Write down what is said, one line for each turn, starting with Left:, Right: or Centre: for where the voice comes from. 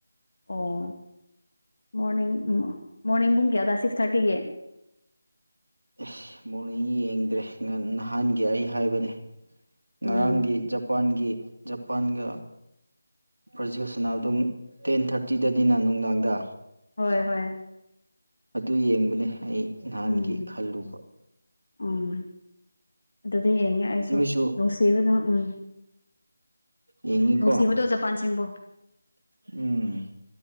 Left: ꯑꯣ ꯃꯣꯔꯅꯤꯡ ꯃꯣꯔꯅꯤꯡ ꯄꯨꯡ ꯀꯌ꯭ꯥ ꯗ ꯁꯤꯛꯁ ꯊꯔꯇꯤꯒꯤ
Right: ꯎꯐ ꯃꯣꯔꯅꯤꯡ ꯌꯦꯡꯗ꯭ꯔꯦ ꯉꯟ ꯅꯍꯥꯟꯒꯤ ꯑꯩ ꯍꯥꯏꯕꯅꯦ ꯉꯔꯥꯡꯒꯤ
Left: ꯎꯝ
Right: ꯖꯄꯥꯟꯒꯤ ꯖꯄꯥꯟꯒ ꯄ꯭ꯔꯖꯤꯜ ꯁꯅꯥꯕꯗꯣ ꯉꯛ ꯇꯦꯟ ꯊꯥꯔꯇꯤꯗꯅꯤꯅ ꯅꯨꯡꯗꯥꯡꯗ
Left: ꯍꯣꯏ ꯍꯣꯏ
Right: ꯑꯗꯨ ꯌꯦꯡꯕꯅꯦ ꯑꯩ ꯅꯍꯥꯟꯒꯤ
Left: ꯎꯝ
Right: ꯈꯜꯂꯨꯕ
Left: ꯎꯝ꯫ ꯑꯗꯨꯗꯤ ꯌꯦꯡꯉꯦ ꯑꯩꯁꯨ
Right: ꯅꯣꯏꯁꯨ
Left: ꯅꯨꯡꯁꯤꯕꯅ ꯎꯝ
Right: ꯌꯦꯡꯉꯤꯀꯣ
Left: ꯅꯨꯡꯁꯤꯕꯗꯣ ꯖꯄꯥꯟꯁꯤꯡꯕꯨ
Right: ꯎꯝ